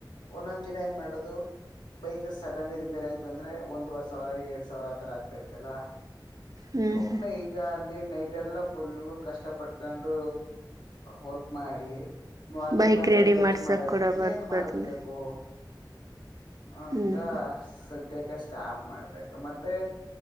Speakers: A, on the left; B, on the right.
A: ಒಂದೊಂದ್ ದಿನ ಏನ್ ಮಾಡೋದು ಬೈಕ್ ಸಡನ್ಲಿ ರಿಪೇರ್ ಆಯ್ತು ಅಂದ್ರೆ ಒಂದ ವರ್ಷ ಅವರಾಗಿ ಎಡ್ ಸಾವಿರ ಹತ್ರ ಆಗ್ತಾ ಇತೆ ಅಲ್ಲ
B: ಹ್ಮ್
A: ಸುಮ್ನೆ
B: ಹ್ಮ್
A: ಈಗ ಅ ನೈಟ್ ಎಲ್ಲಾ ಫುಲ್ ಕಷ್ಟ ಪಟ್ಕೊಂಡ ವರ್ಕ್ ಮಾಡಿ ನನಗ್
B: ಬೈಕ್
A: ಬಂದಲ್ಲಿ
B: ರೆಡಿ
A: ಖರ್ಚು
B: ಮಾಡ್ಸಕ್
A: ಮಾಡೋದ್ಕ್ಕೆ
B: ಕೂಡ ಬದ್
A: ಏನ್ ಮಾಡಕ್ಬೇಕು
B: ಬದ್ಲು
A: ಅಂತ
B: ಹ್ಮ್
A: ಸದ್ಯಕ್ಕೆ ಸ್ಟಾಪ್ ಮಾಡ್ಬೇಕ ಮತ್ತೆ